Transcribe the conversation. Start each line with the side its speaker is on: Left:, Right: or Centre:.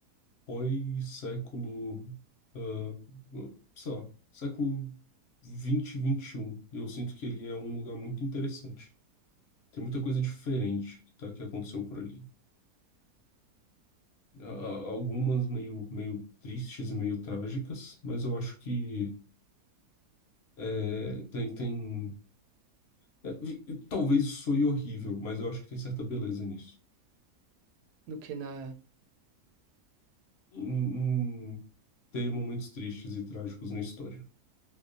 Left: foi século, ah, sei lá, século vinte vinte e 21. E eu sinto que ele é um lugar muito interessante. Tem muita coisa diferente que, tá, que aconteceu por ali. A- a- Algumas meio, meio tristes e meio trágicas, mas eu acho que é, tem, tem... é, e- e talvez isso soe horrível, mas eu acho que tem certa beleza nisso.
Right: do que na.
Left: Em, em ter momentos tristes e trágicos na história,